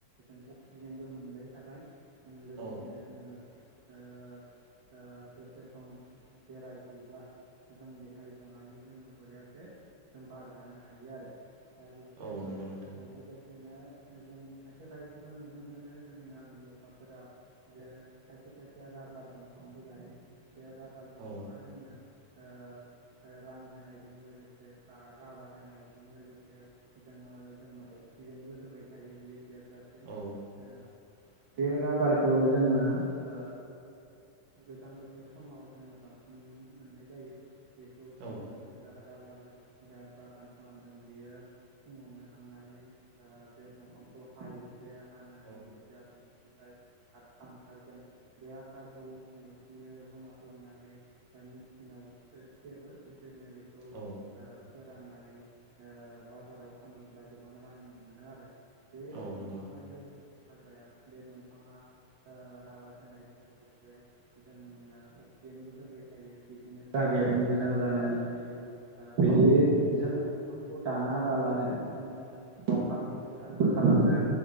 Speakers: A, on the right; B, on the right.
A: जों अक्सिजेनबो मोनबाय थाबाय। उम लोगोसेनो
B: औ
A: जोङो। ओ ओ दसे सम बेरायहैब्ला जों बेहाय जनानै जोङो बरियासे जों बार जानो हायो आरो। दा बेफोरबायदिनो
B: औ नंगौ नोंथां
A: ओ लोगो। बिदिनो जों खायसे खायसेखौ नुनो मोनो जोंनि गामि गफाफोराव जे खायसे खायसे। राबार दंफांबो गायो। बे राबार दंफांआ
B: औ
A: जोंनो। ओ ओ रां होनायजों लोगोसे बा राबार होनायजों लोगोसे जोङो जोंनो अक्सिजेनबो होबाय थायो बियो। देरजासिम ओ।
B: औ
A: बे राबारखौ जोङो ओ। गोजां बोथोर समाव जोङो बांसिन मोननाय जायो। बेखौ फुङावनो
B: औ
A: दा राबार। जाय बागान खालामदों बेयो फुङावनो थांनानै ओ बे दंफांखौ हायो बे हानानै
B: औ
A: जा दंफांनिफ्राय आथा ओंखारगोन। बे आताखौ जमा खालामनानै बा मेसिनाव सेबो। बेननो बेखौ
B: औ
A: फोराननानै। नै ओ बाजाराव फानोब्ला गोबां रां मोनो आरो। बे
B: औ
A: दंफाङा
B: नंगौ
A: जेथु। हाजाया बे दमफाङ ओ राबार होनानाय। लोगोसे जोंनो अक्सिजेनबो होबाय थायो। बिनि जागायाबो
B: औ
A: मोजां जानानै। थायो। ओ बिदि
B: औ
A: जों ओजों। बिफांखौ दानाबालानो जोङो दंफांनिफ्राय रांबो खालामनो